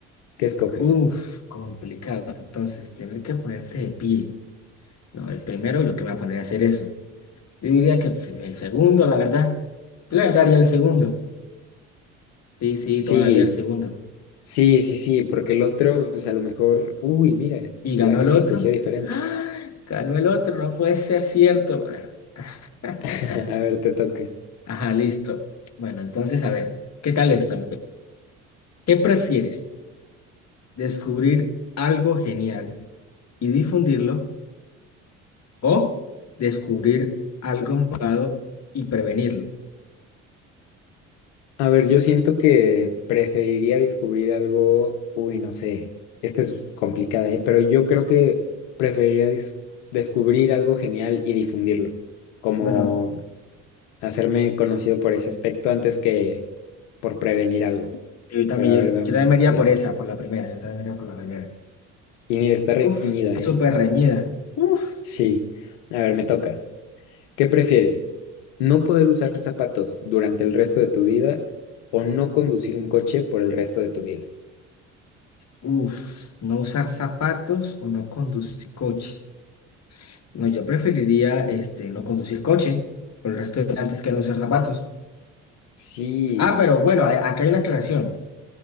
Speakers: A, on the left; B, on the left.
A: ¿Qué escoges?
B: Uf, complicado. Entonces, tener que ponerte de pie. No, el primero lo que me va a poner a hacer eso. Yo diría que pues, el segundo, la verdad. Yo la verdad haría el segundo. Sí, sí,
A: Sí,
B: todavía el segundo.
A: sí, sí, sí, porque el otro, pues a lo mejor, uy, mira,
B: Y ganó
A: la gente
B: el otro.
A: escogió diferente.
B: ¡Ah! Ganó el otro, no puede ser cierto, mano. <laughs>
A: <laughs> A ver, te toca.
B: Ajá, listo. Bueno, entonces, a ver, ¿qué tal esto? amigo? ¿Qué prefieres? ¿Descubrir algo genial y difundirlo o descubrir algo malvado y prevenirlo?
A: A ver, yo siento que preferiría descubrir algo, uy, no sé, esta es complicada, ¿eh? Pero yo creo que preferiría dis- descubrir algo genial y difundirlo, como
B: Bueno,
A: hacerme conocido por ese aspecto antes que por prevenir algo.
B: yo también,
A: Pero a ver,
B: yo,
A: veamos
B: yo también me iría
A: qué.
B: por esa, por la primera, yo también me iría por la primera.
A: Y mira, está reñida,
B: Uf,
A: ¿eh?
B: súper reñida. Uf.
A: Sí, a ver, me toca. ¿Qué prefieres? ¿No poder usar zapatos durante el resto de tu vida o no conducir un coche por el resto de tu vida?
B: Uf, no usar zapatos o no conducir coche. No, yo preferiría este, no conducir coche por el resto de antes que no usar zapatos.
A: Sí,
B: Ah, pero bueno, a- acá hay una aclaración.